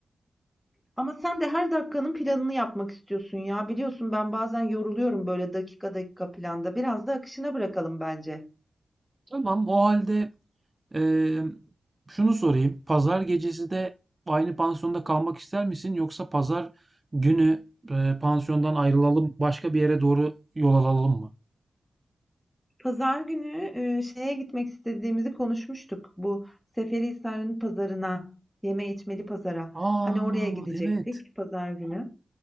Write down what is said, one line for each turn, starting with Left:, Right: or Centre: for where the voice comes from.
Centre: Ama sen de her dakikanın planını yapmak istiyorsun ya. Biliyorsun ben bazen yoruluyorum böyle dakika dakika planda. Biraz da akışına bırakalım bence.
Right: Tamam, o halde Ee, şunu sorayım. Pazar gecesi de aynı pansiyonda kalmak ister misin? Yoksa pazar günü e, pansiyondan ayrılalım, başka bir yere doğru yol alalım mı?
Centre: Pazar günü e, şeye gitmek istediğimizi konuşmuştuk. Bu Seferihisar'ın pazarına, yeme içmeli pazara.
Right: Aa,
Centre: Hani oraya gidecektik
Right: evet.
Centre: pazar günü,